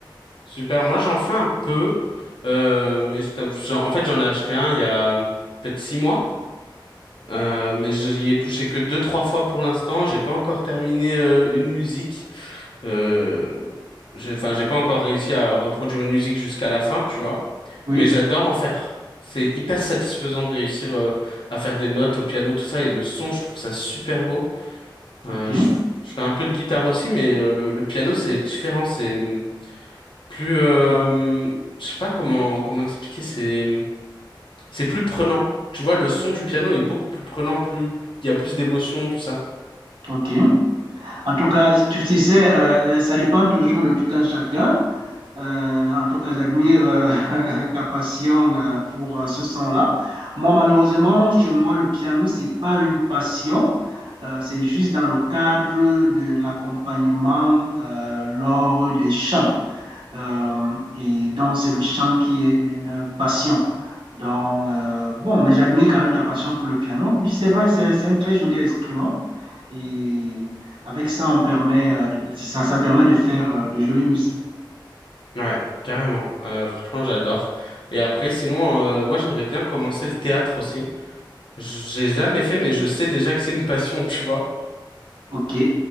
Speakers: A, on the left; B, on the right.
A: super. Moi, j'en fais un peu. Euh, mais je t'avoue- j'en- en fait, j'en ai acheté un il y a euh, peut-être six mois. Euh, mais j'y ai touché que deux, trois fois pour l'instant. J'ai pas encore terminé euh, une musique. Euh, j'ai, enfin, j'ai pas encore réussi à reproduire une musique jusqu'à la fin, tu vois.
B: Oui,
A: Mais j'adore en faire. C'est hyper satisfaisant de réussir euh, à faire des notes au piano, tout ça. Et le son, je trouve ça super beau. Euh,
B: ok,
A: je, je fais un peu de guitare aussi, mais euh, le, le piano c'est différent, c'est hum, plus, euh, hum, je sais pas comment comment expliquer, c'est hum, c'est plus prenant. Tu vois, le son du piano est beaucoup plus prenant, plus il y a plus d'émotions, tout ça.
B: ok. En tout cas, tu sais, euh, euh, ça dépend toujours de tout un chacun. Euh, en tout cas, j'admire euh, <laughs> ta passion euh, pour euh, ce son-là. Moi, malheureusement, chez moi, le piano, c'est pas une passion. Euh, c'est juste dans le cadre de l'accompagnement euh, lors des chants. Euh, et donc, c'est le chant qui est une passion. Donc, euh, bon, mais j'admire quand même ta passion pour le piano. Oui, c'est vrai, c'est c'est un très joli instrument. Et avec ça, on permet, euh, de, ça, ça permet de faire euh, de jolies musiques.
A: Ouais, carrément. Euh, franchement, j'adore. Et après, sinon, euh, moi j'aimerais bien commencer le théâtre aussi. J'ai jamais fait, mais je sais déjà que c'est une passion, <laughs> tu vois.
B: Ok,